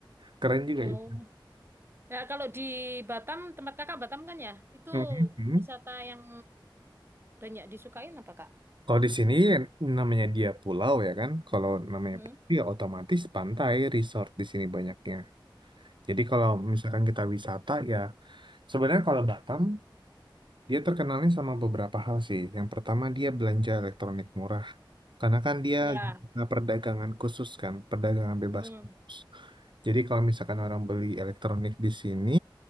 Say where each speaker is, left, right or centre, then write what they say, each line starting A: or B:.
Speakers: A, on the right; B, on the right.
A: keren juga
B: Hmm.
A: itu
B: ya kalau di Batam, tempat kakak Batam kan ya, itu
A: Hmm, hmm.
B: wisata yang banyak disukain apa kak?
A: Kalau di sini namanya dia pulau ya kan. Kalau namanya
B: Hmm.
A: pulau ya otomatis pantai, resort di sini banyaknya. Jadi kalau misalkan kita wisata ya sebenarnya kalau Batam dia terkenalnya sama beberapa hal sih. Yang pertama dia belanja elektronik murah. Karena kan dia
B: Ya.
A: zona perdagangan khusus kan, perdagangan bebas
B: Hmm.
A: khusus. Jadi kalau misalkan orang beli elektronik di sini,